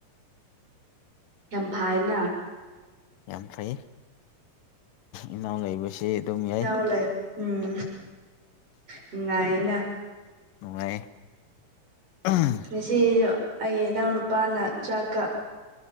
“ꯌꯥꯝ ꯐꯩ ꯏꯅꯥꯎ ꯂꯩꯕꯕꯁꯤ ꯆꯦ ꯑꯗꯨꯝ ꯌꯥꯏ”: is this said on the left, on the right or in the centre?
Left